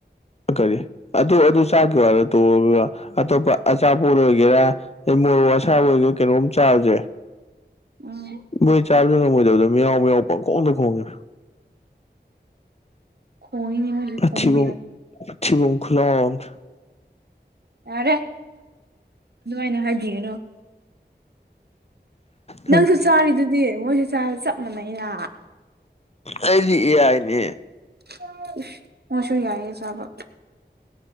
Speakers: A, on the left (about 35°); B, on the right (about 60°).
A: ꯀꯔꯤ ꯑꯗꯨ ꯑꯗꯨ ꯆꯥꯛꯀꯤ ꯋꯥꯗꯣ ꯇꯣꯛꯑꯣꯕ ꯑꯇꯣꯞꯄ ꯑꯆꯥꯄꯣꯠ ꯑꯣꯏꯒꯦꯔ <unintelligible> ꯃꯣꯔꯣꯛ ꯑꯁꯥꯕ ꯑꯣꯏꯒꯦꯔ ꯀꯩꯅꯣꯝ ꯆꯥꯕꯖꯦ
B: ꯎꯝ
A: ꯃꯣꯏ ꯆꯥꯕꯖꯨ ꯉꯝꯃꯣꯏꯗꯕꯗ ꯃꯤꯌꯥꯎ ꯃꯤꯌꯥꯎ ꯄꯪꯈꯣꯡꯗ ꯈꯣꯡꯉꯤ
B: ꯈꯣꯡꯉꯤꯅꯤ ꯃꯣꯏꯁꯨ
A: ꯃꯊꯤꯕꯣꯡ
B: ꯈꯣꯡꯕ ꯌꯥ
A: ꯃꯊꯤꯕꯣꯡ ꯈꯨꯂꯥꯎꯑꯝꯅꯤ
B: ꯌꯥꯔꯦ ꯑꯗꯨꯃꯥꯏꯅ ꯍꯥꯏꯕꯤꯒꯅꯨ ꯅꯪꯁꯨ
A: ꯅꯪ
B: ꯆꯥꯔꯤꯗꯨꯗꯤ ꯃꯣꯏꯁꯨ ꯆꯥꯔꯦ ꯆꯞ ꯃꯥꯟꯅꯩꯩꯅ
A: ꯑꯩꯗꯤ ꯑꯦ ꯑꯥꯏꯅꯦ
B: <unintelligible> ꯆꯥꯕ